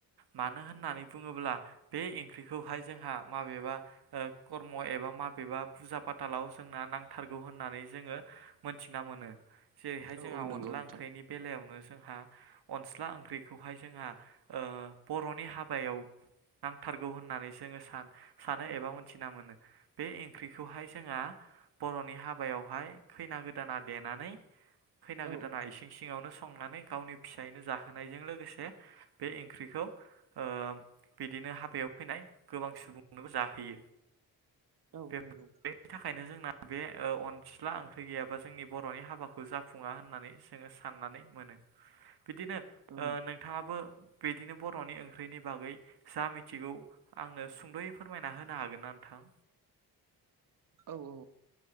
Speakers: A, on the right; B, on the right.
A: मानो होननानै बुंङोब्ला बे इख्रिखौहाय जोंहा माबेबा ओ कर्म' एबा माबेबा फुजा फाथालाव जोंना नांथारगौ होननानै जोंङो मोनथिना मोनो। जेरैहाय
B: औ
A: जोंहा
B: औ नंगौ
A: अनला
B: नोंथां
A: ओंख्रिनि बेलायावनो जोंहा अनस्ला ओंख्रिखौहाय जोंहा ओ बर'नि हाबायाव नांथारगौ होननानै जोंङो सा-सानो
B: औ
A: एबा
B: औ
A: मिथिना मोनो। बे इख्रिखौहाय जोंहा बर'नि हाबायावहाय खैना गोदाना देनानै खैना
B: औ
A: गोदाना
B: औ
A: इसिं सिंङावनो संनानै गावनि फिसाइनो जाहोनायजों लोगोसे बे इख्रिखौ ओ बिदिनो हाबायाव फैनाय गोबां सुबुंनोबो जाहोयो।
B: नंगौ औ
A: यो
B: नंगौ
A: बेनि थाखायनो जोंना बे ओ अनस्ला ओंख्रि गैयाबा जोंनि बर'नि हाबाखौ खौ जाफुंङा होननानै जोंङो साननानै मोनो। बिदिनो
B: औ
A: ओ नोंथांङाबो बिदिनो बर'नि ओंख्रिनि बागै जा मिथिगौ आंनो सुंद'यै फोरमायना होनो हागोन ना नोंथां?
B: औ औ औ ओ